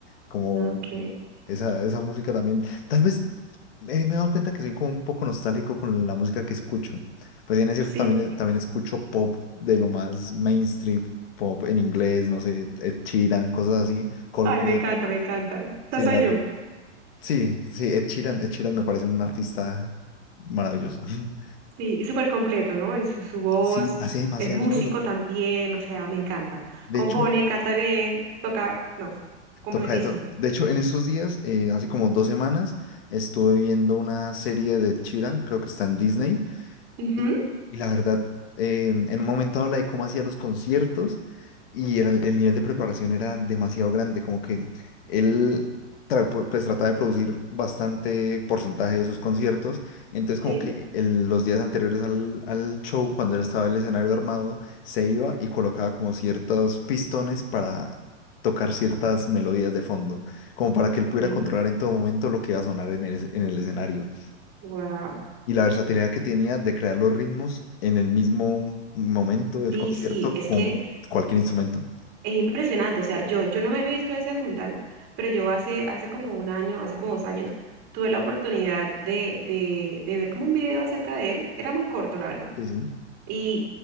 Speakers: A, on the left (about 50°); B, on the right (about 25°).
A: como
B: No, ok.
A: esa, esa música también. Tal vez eh, me he dado cuenta que soy como un poco nostálgico con la música que escucho. Pues bien, es cierto,
B: Sí.
A: también, eh, también escucho pop de lo más mainstream, pop en inglés, no sé, Ed Sheeran, cosas así, Coldplay.
B: Ay, me encanta, me encanta.
A: Sí,
B: Esa soy
A: la verdad.
B: yo.
A: Sí, sí, Ed Sheeran, Ed Sheeran me parece un artista maravilloso. <laughs>
B: Sí, y súper completo, ¿no? En su, su voz,
A: Sí, hace demasiadas
B: es músico
A: cosas.
B: también, o sea, me encanta.
A: De
B: Compone,
A: hecho,
B: canta bien, toca, no, completísimo.
A: toca de todo. De hecho, en estos días, eh, hace como dos semanas, estuve viendo una serie de Ed Sheeran, creo que está en Disney,
B: Ujú,
A: Y, y la verdad, eh, en un momento habla de cómo hacía los conciertos y era- el, nivel de preparación era demasiado grande, como que él tra- pu- pues trataba de producir bastante porcentaje de sus conciertos, entonces como
B: Sí,
A: que el- los días anteriores al, al show, cuando ya estaba el escenario armado, se iba y colocaba como ciertos pistones para tocar ciertas melodías de fondo, como para que él pudiera
B: sí.
A: controlar en todo momento lo que iba a sonar en el, en el escenario
B: Wow.
A: y la versatilidad que tenía de crear los ritmos en el mismo momento del
B: Sí,
A: concierto
B: sí, es
A: con
B: que
A: cualquier instrumento.
B: es impresionante. O sea, yo, yo no me he visto ese documental, pero yo hace, hace como un año, hace como dos años, tuve la oportunidad de, de, de ver como un video acerca de él. Era muy corto, la verdad.
A: Sí, sí.
B: Y,